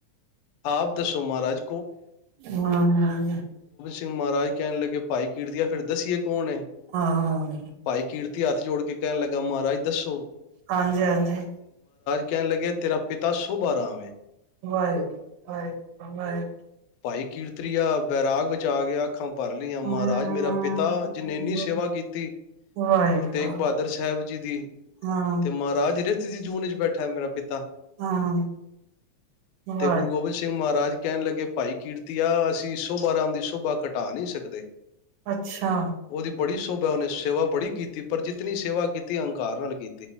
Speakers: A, on the left; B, on the right.
A: ਆਪ ਦੱਸੋ ਮਾਹਰਾਜ
B: <unintelligible>
A: ਤੇ ਮਾਹਰਾਜ ਕਹਿਣ ਲੱਗੇ ਭਾਈ ਕੀਰਤੀਆ ਫਿਰ ਦੱਸੀਏ ਕੌਣ ਏ,
B: ਹਾਂ।
A: ਭਾਈ ਕੀਰਤੀਆ ਹੱਥ ਜੋੜ ਕੇ ਕਹਿਣ ਲੱਗਾ ਮਾਹਰਾਜ ਦੱਸੋ
B: ਹਾਂਜੀ-ਹਾਂਜੀ।
A: ਕੈਣ ਲੱਗੇ ਤੇਰਾ ਪਿਤਾ ਸ਼ੁਭ ਆਰਾਮ ਏ।
B: ਵਾਹਿਗੁਰੂ, ਵਾਹਿਗੁਰੂ, ਵਾਹਿਗੁਰੂ।
A: ਭਾਈ ਕੀਰਤਰੀਆ ਬੈਰਾਗ ਵਿੱਚ ਆ ਗਿਆ ਅੱਖਾਂ ਭਰ ਲਈਆਂ ਮਾਹਰਾਜ
B: ਹੂੰ,
A: ਮੇਰਾ ਪਿਤਾ ਜਿੰਨ ਏਨੀ ਸੇਵਾ ਕੀਤੀ
B: ਵਾਹਿਗੁਰੂ,
A: ਗੁਰੂ ਤੇਗ ਬਹਾਦਰ ਸਹਿਬ ਜੀ ਦੀ
B: ਹਾਂ,
A: ਤੇ ਮਾਹਰਾਜ ਜਿਦੇ ਚ ਜਿਦੀ ਜੂਨ ਇੱਚ ਬੈਠੈਂ ਮੇਰਾ ਪਿਤ ਤਾ
B: ਹਾਂ,
A: ਤੇ
B: ਵਾਹਿਗੁਰੂ,
A: ਗੁਰੂ ਗੋਬਿੰਦ ਸਿੰਘ ਮਾਹਰਾਜ ਕੈਣ ਲੱਗੇ ਭਾਈ ਕੀਰਤੀਆ ਅਸੀਂ ਸੋਭਾ ਰਾਮ ਦੀ ਸੋਭਾ ਘਟਾ ਨਈ ਸਕਦੇ
B: ਅੱਛਾ!
A: ਉਹਦੀ ਬੜੀ ਸੋਭਾ ਏ ਉਹਨੇ ਸੇਵਾ ਬੜੀ ਕੀਤੀ ਪਰ ਜਿਤਨੀ ਸੇਵਾ ਕੀਤੀ ਅਹੰਕਾਰ ਨਾਲ ਕੀਤ